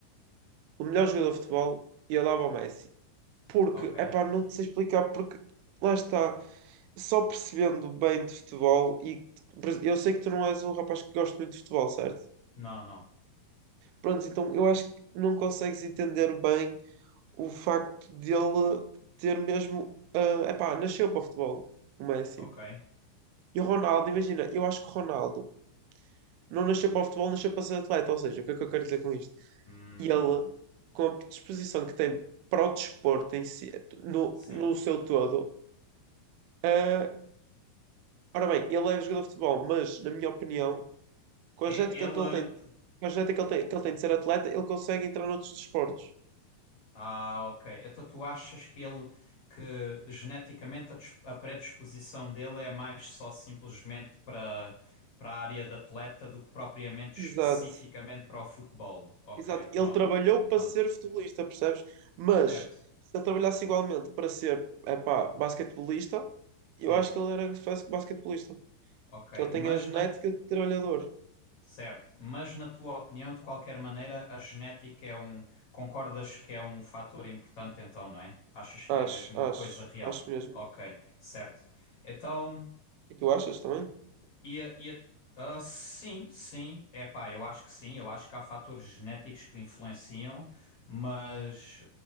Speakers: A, on the right (about 80°); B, on the left (about 50°).
A: o melhor jogador de futebol e eu dava ao Messi. Porque,
B: ok.
A: epá, não te sei explicar, porque lá está, só percebendo bem de futebol, e por ex- eu sei que tu não és um rapaz que gosta muito de futebol, certo?
B: Não, não.
A: Pronto, então eu acho que não consegues entender bem o facto dele ter mesmo, ah, epá, nasceu para o futebol, o Messi.
B: Ok.
A: E o Ronaldo, imagina, eu acho que o Ronaldo não nasceu para o futebol, nasceu para ser atleta, ou seja, o que é que eu quero dizer com isto?
B: Hum,
A: E ele, com a disposição que tem para o desporto em si, no,
B: sim.
A: no seu todo, ah, Ora bem, ele é jogador de futebol, mas, na minha opinião, com
B: É,
A: a genética
B: ele.
A: que ele tem, com a genética que ele tem, que ele tem de ser atleta, ele consegue entrar noutros desportos.
B: Ah, ok. Então tu achas que ele. Que geneticamente a, dis- a predisposição dele é mais só simplesmente para para a área de atleta do que propriamente
A: Exato,
B: especificamente para o futebol. Ok,
A: exato.
B: pronto.
A: Ele trabalhou para
B: Pronto.
A: ser futebolista, percebes? Mas,
B: Certo.
A: se ele trabalhasse igualmente para ser, epá, basquetebolista,
B: Sim.
A: eu acho que ele era bas- basquetebolista.
B: Ok.
A: Que ele tem
B: Mas
A: a genética
B: na
A: de trabalhador.
B: Certo, mas na tua opinião, de qualquer maneira, a genética é um. Concordas que é um fator importante, então, não é? Achas que
A: Acho,
B: é mesmo uma
A: acho,
B: coisa real?
A: acho mesmo.
B: Ok, certo. Então.
A: E tu achas também?
B: Ia, ia, ah, sim, sim, é pá, eu acho que sim, eu acho que há fatores genéticos que influenciam, mas,